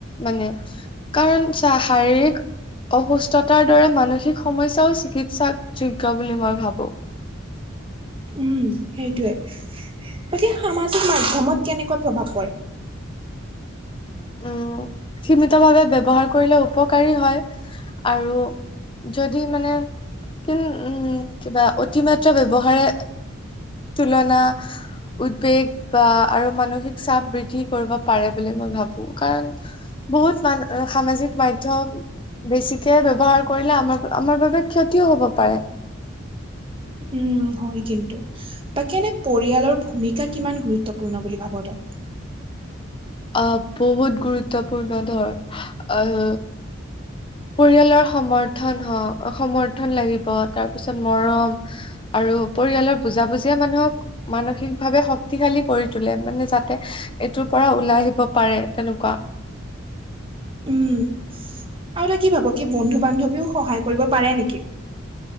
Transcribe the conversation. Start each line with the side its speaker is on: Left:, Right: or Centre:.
Left: মানে কাৰণ চা, শাৰীৰিক অসুস্থতাৰ দৰে মানসিক সমস্যাও চিকিৎসা যোগ্য বুলি মই ভাবোঁ।
Right: উম, সেইটোৱে বাকী সামাজিক মধ্যমত কেনেকুৱা প্ৰভাৱ পৰে?
Left: উম, সীমিতভাৱে ব্যৱহাৰ কৰিলে উপকাৰী হয়। আৰু যদি মানে কিন উম, কিবা অতিমাত্ৰা ব্যৱহাৰে তুলনা, উদ্বেগ বা আৰু মানসিক চাপ বৃদ্ধি কৰিব পাৰে বুলি মই ভাবোঁ, কাৰণ বহুত মান সামাজিক মাধ্যম বেছি চে ব্যৱহাৰ কৰিলে আমাৰ আমাৰ বাবে ক্ষতিও হব পাৰে
Right: উম হয় কিন্তু বাকী এনে পৰিয়ালৰ ভূমিকা কিমান গুৰুত্বপূৰ্ণ বুলি ভাব তই
Left: আহ বহুত গুৰুত্বপূৰ্ণ ধৰ আহ পৰিয়ালৰ সমৰ্থন হওঁ সমৰ্থন লাগিব তাৰপিছত মৰম আৰু পৰিয়ালৰ বুজাবুজিয়ে মানুহক মানসিকভাৱে শক্তিশালী কৰি তোলে মানে জাত এইটোৰ পৰা ওলাই আহিব পাৰে তেনুকা
Right: উম আৰু তই কি ভাব কি বন্ধু বান্ধৱীও সহায় কৰিব পাৰে নিকি